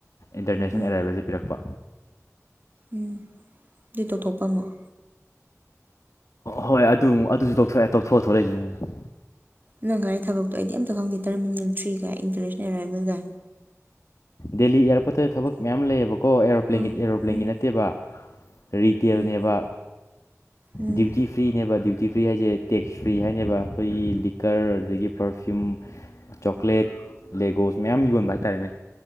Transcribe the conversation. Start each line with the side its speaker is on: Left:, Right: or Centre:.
Left: ꯏꯟꯇꯔꯅꯦꯁꯅꯦꯜ
Right: ꯎꯝ
Left: ꯑꯦꯔꯥꯏꯕꯦꯜꯗ ꯄꯤꯔꯛꯄ
Right: ꯎꯝ ꯑꯗꯨ ꯇꯣꯛꯊꯣꯛꯄ ꯑꯃꯨꯛ
Left: ꯍꯣꯏ ꯑꯗꯨꯃꯨꯛ ꯑꯗꯨꯁꯨ ꯇꯣꯛꯊꯣꯑꯦ ꯇꯛꯊꯣꯛꯑꯒ ꯊꯣꯛꯂꯛꯏꯁꯤꯅꯤ
Right: ꯅꯪ ꯍꯥꯏ ꯊꯕꯛꯇꯣ ꯑꯩꯗꯤ ꯑꯝꯇ ꯈꯪꯒꯦ ꯇꯔꯃꯤꯅꯦꯟ ꯊ꯭ꯔꯤꯒ ꯏꯟꯇꯔꯅꯦꯁꯅꯦꯜ ꯑꯦꯔꯥꯏꯚꯦꯜꯒ
Left: ꯗꯦꯜꯂꯤ ꯏꯌꯥꯔꯄꯣꯔꯠꯇ ꯊꯕꯛ ꯃꯌꯥꯝ ꯂꯩꯌꯦꯕꯀꯣ ꯑꯦꯔꯣꯄ꯭ꯂꯦꯟꯒꯤ
Right: ꯑꯥ
Left: ꯑꯦꯔꯣꯄ꯭ꯂꯦꯟꯒꯤ
Right: ꯎꯝ
Left: ꯅꯠꯇꯦꯕ ꯀꯥꯔꯤ ꯇꯦꯜꯅꯦꯕ
Right: ꯎꯝ ꯎꯝ
Left: ꯗ꯭ꯌꯨꯇꯤ ꯐ꯭ꯔꯤꯅꯦꯕ ꯗ꯭ꯌꯨ ꯇꯤ ꯐ꯭ꯔꯤ ꯍꯥꯏꯁꯦ ꯇꯦꯛꯁ ꯐ꯭ꯔꯤ ꯍꯥꯏꯅꯦꯕ ꯑꯩꯈꯣꯏꯒꯤ ꯂꯤ ꯀꯔ ꯑꯗꯨꯗꯒꯤ ꯄꯔꯐ꯭ꯌꯨꯝ ꯆꯣꯀ꯭ꯂꯦꯠ ꯂꯦꯒꯣꯁ ꯃꯌꯥꯝ ꯌꯣꯟꯕ ꯍꯥꯏꯇꯥꯔꯦꯅꯦ